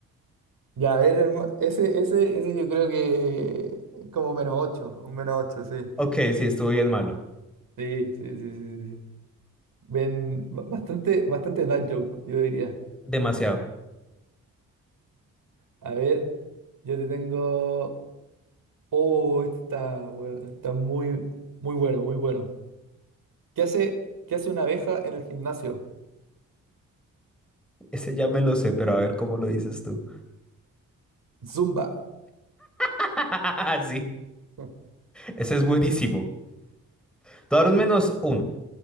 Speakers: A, on the right; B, in the centre.
A: Ya, a ver, hermano. Ese, ese, ese yo creo que es como menos ocho un menos ocho sí.
B: Ok, sí, estuvo bien malo.
A: Sí, sí, sí, sí, sí. sí. Ven, ba- bastante, bastante dad joke, yo diría.
B: Demasiado.
A: A ver, yo te tengo. Oh, este está, bueno, está muy, muy bueno, muy bueno. ¿Qué hace, qué hace una abeja en el gimnasio?
B: Ese ya me lo sé, pero a ver cómo lo dices tú.
A: Zumba.
B: <laughs> Sí,
A: <laughs>
B: ese es buenísimo. Te voy a dar un menos uno,